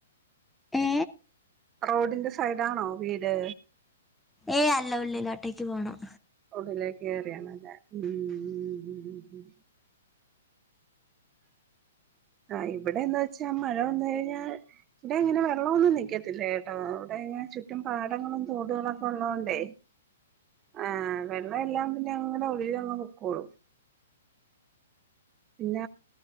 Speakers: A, in the centre; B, on the right.
A: ഏ
B: റോഡിന്റെ സൈഡാണോ വീട്
A: ഏയ് അല്ല ഉള്ളിലോട്ടേക്ക് പോണം
B: ഉള്ളിലേക്ക് കേയറിയണല്ലേ ഉം ഉം ആഹ ഇവിടെ എന്താ വച്ചാ മഴൊന്ന കഴിഞ്ഞാൽ ഇവിടെ ഇങ്ങനെ വെള്ളമൊന്നും നിൽക്കത്തില്ലേ കേട്ടോ ഇവിടെങ്ങനെ ചുറ്റും പാടങ്ങളും തൊടുകളും ഒക്കെ ഉള്ളതുകൊഇണ്ടേ ആ വെള്ളം എല്ലാം പിന്നെ അങ്ങനെ ഒഴുകി അങ്ങ് പോക്കോളും പിന്ന